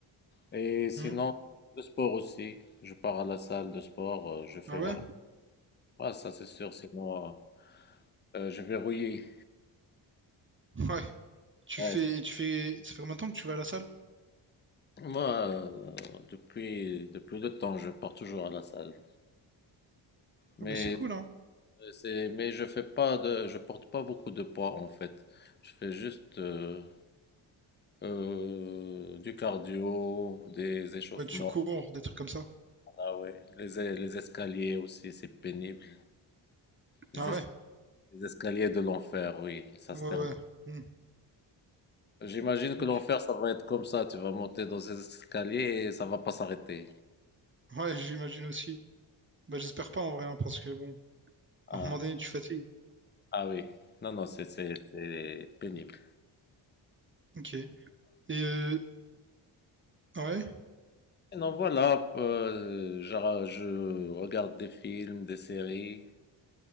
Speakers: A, on the left; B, on the right.
A: Et sinon,
B: hmm.
A: le sport aussi. Je pars à la salle de sport, euh, je fais
B: Ah
A: ma
B: ouais,
A: routine. Ouais, ça c'est sûr, sinon euh, euh, je vais rouiller.
B: <laughs> ouais. Tu
A: Ouais.
B: fais, et tu fais, ça fait combien de temps que tu vas à la salle?
A: Moi, euh, depuis, depuis le temps, je pars toujours à la salle. Mais
B: Ah bah c'est cool, hein?
A: C'est- Mais je fais pas de, je porte pas beaucoup de poids en fait. Je fais juste euh, euh, du cardio, des échauffements,
B: Ouais, tu cours, des trucs comme ça.
A: ah ouais. Les, e- les escaliers aussi, c'est pénible. Les,
B: Ah
A: es-
B: ouais,
A: les escaliers de l'enfer, oui, ça
B: ouais,
A: se termine.
B: ouais. Hmm.
A: J'imagine que
B: Ok.
A: l'enfer, ça va être comme ça. Tu vas monter dans ces escaliers et ça va pas s'arrêter.
B: Ouais, j'imagine aussi. Bah j'espère pas en vrai, hein, parce que bon, à
A: Ah,
B: un moment donné, tu fatigues.
A: ah oui. Non, non, c'est c'est- c'est pénible.
B: Ok. Et euh, ouais.
A: Non voilà, euh, je, je regarde des films, des séries.